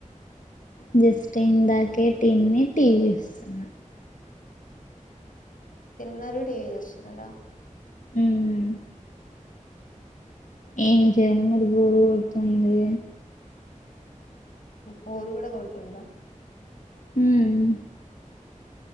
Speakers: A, on the left; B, on the left.
A: జస్ట్ ఇందాకే తిని టీవీ చూస్తున్న
B: తిన్నారు టీవి చేస్తునన్నారా
A: హ్మ్ ఏం చేయాలి మరి బోరు కొడుతుంది.
B: బోరు గుడ కొడుతుందా
A: హ్మ్